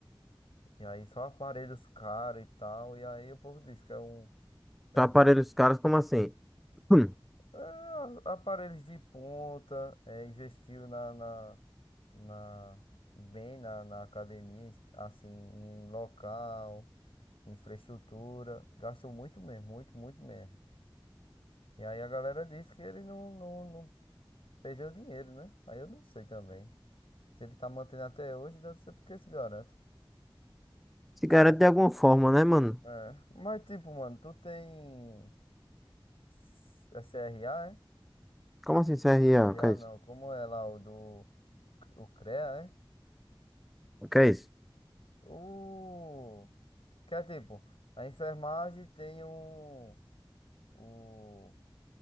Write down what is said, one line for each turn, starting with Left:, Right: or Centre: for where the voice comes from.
Left: E aí só aparelhos caros e tal, e aí o povo diz que é um, é
Centre: Tá
Left: um
Centre: aparelho
Left: investimento.
Centre: os caras, como assim? <clears throat> Hum,
Left: É, a- aparelhos de ponta, é, investiu na, na, na- bem na, na academia, assim, em local, infraestrutura, gastou muito mesmo, muito, muito mesmo. E aí a galera disse que ele não, não, não perdeu dinheiro, né? Aí eu não sei também. Se ele tá mantendo até hoje, deve ser porque se garante.
Centre: Se garante
Left: E a-
Centre: de alguma forma, né, mano?
Left: É, mas tipo, mano, tu tem S- é CRA, é?
Centre: Como assim, CRA?
Left: CRA
Centre: O que é isso?
Left: não, como é lá o do o CREA, é?
Centre: O que é isso?
Left: O... Que é tipo, a enfermagem tem um... O...